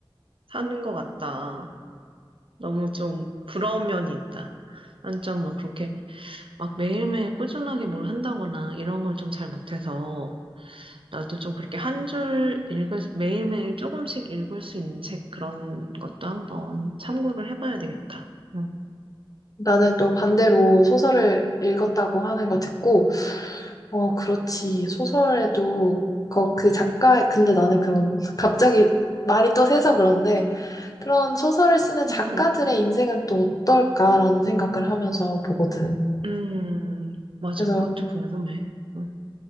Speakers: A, on the right; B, on the left.
A: 사는 것 같다. 너무 좀 부러운 면이 있다. 완전 막 그렇게 막 매일매일 꾸준하게 뭘 한다거나 이런 걸 좀 잘 못해서 나도 좀 그렇게 한 줄 읽을, 수- 매일매일 조금씩 읽을 수 있는 책 그런 것도 한번 참고를 해봐야 되겠다. 응.
B: 나는 또 반대로 소설을 읽었다고 하는 거 듣고, 어, 그렇지. 소설에도 그, 그 작가, 근데 나는 그런, <laughs> 갑자기 말이 또 새서 그런데 그런 소설을 쓰는 작가들의
A: 응, 응,
B: 인생은 또 어떨까라는 생각을 하면서 보거든.
A: 음, 맞아.
B: 그래서
A: 그것도 궁금해. 응.